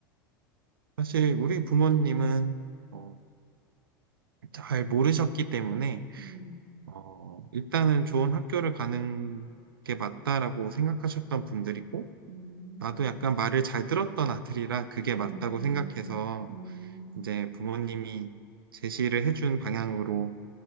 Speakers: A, on the right; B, on the right.
A: 사실 우리 부모님은 어, 잘 모르셨기 때문에
B: 음,
A: 어, 일단은 좋은 학교를 가는 게 맞다라고 생각하셨던 분들이고,
B: 음,
A: 나도 약간 말을 잘 들었던 아들이라 그게
B: 음,
A: 맞다고 생각해서
B: 음,
A: 이제 부모님이 제시를 해준 방향으로